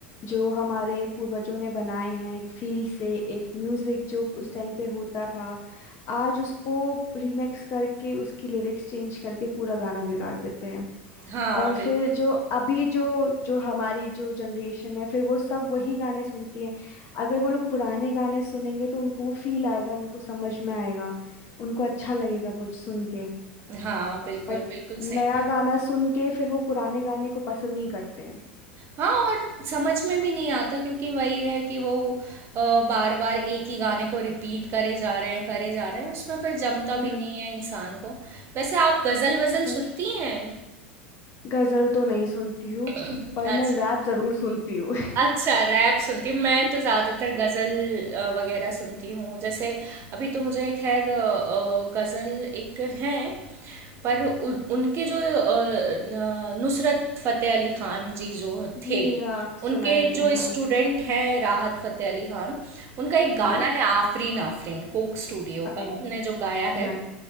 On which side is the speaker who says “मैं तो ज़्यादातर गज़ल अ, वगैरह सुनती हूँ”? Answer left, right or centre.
Right